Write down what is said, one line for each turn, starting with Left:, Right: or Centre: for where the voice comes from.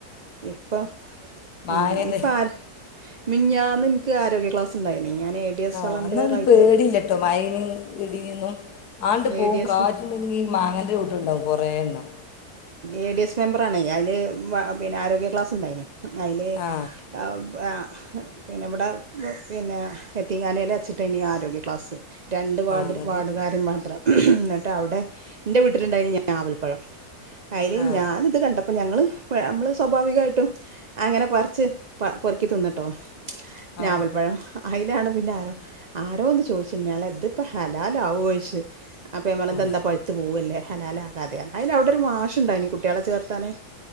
Right: ഇപ്പൊ
Left: മാങ്ങൻ്റെ
Right: ഉം ഇപ്പ ആര് മിനിയാന്ന എനിക്ക് ആരോഗ്യ ക്ലാസ് ഉണ്ടായിരുന്നു ഞാൻ ഡി എസ്
Left: ആ
Right: വളണ്ടിയർ
Left: അന്ന
Right: ആയിട്ട്
Left: പേടില്ലട്ടോ മഴയും ഇടിന്നും ആണ്ട്
Right: എ
Left: പോകും
Right: ഡി എസ്
Left: കാറ്റ് അല്ലെങ്കിൽ മാങ്ങേൻ്റെ ചോട്ട് ഉണ്ടാവും കുറേ എണ്ണം
Right: എ ഡി എസ് മെമ്പർ ആണേ അതില് പിന്നെ ആരോഗ്യ ക്ലാസ്സ് ഉണ്ടായിന് അതില്
Left: ആ
Right: <unintelligible> പിന്നെ ഇവിടെ പിന്നെ എത്തിങ്ങാനൽെ വെച്ചിട്ട് ഇനി ആരോഗ്യ ക്ലാസ്സ് രണ്ട് വാർഡ്
Left: ആ എന്നിട്ട്
Right: വാർഡുകാരും മാത്രം എന്നിട്ട് അവിടെ എൻ്റെ വീട്ടിലുണ്ടായിരുന്ന ഞാവൽ പഴം അയില്
Left: ആ
Right: ഞാനിത് കണ്ടപ്പ അപ്പൊ ഞങ്ങള് നമ്മള് സ്വാഭാവികമായിട്ടും അങ്ങനെ പറിച്ച് പെറുക്കി തിന്നട്ടോ
Left: ആ
Right: ഞാവൽപ്പഴം അയിലാണ് പിന്നെ ആരോ ആരോന്ന് ചോദിച്ച് ന്ന്യാളെ ഇതിപ്പോ ഹലാലാവോ ചോയിച്ചു അപ്പൊ ഞാൻ പറഞ്ഞു
Left: ആ
Right: ഇത് എന്താ പഴുത്തു പോവല്ലേ ഹലാല് ആവാതെ അയില് അവിടെ ഒരു മാഷുണ്ടായിനി കുട്ടികളെ ചേർത്താന്